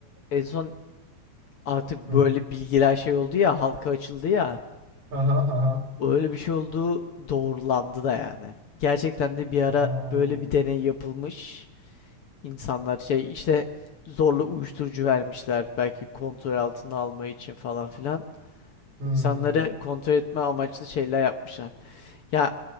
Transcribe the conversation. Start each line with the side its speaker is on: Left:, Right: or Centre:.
Left: en son artık böyle
Right: Hı.
Left: bilgiler şey oldu ya halka açıldı ya
Right: Aha aha.
Left: Öyle bir şey olduğu doğrulandı da yani. Gerçekten de bir ara
Right: Aa.
Left: böyle bir deney yapılmış. İnsanlar şey işte zorla uyuşturucu vermişler belki kontrol altına alma için falan filan.
Right: Hmm.
Left: İnsanları kontrol etme amaçlı şeyler yapmışlar. Ya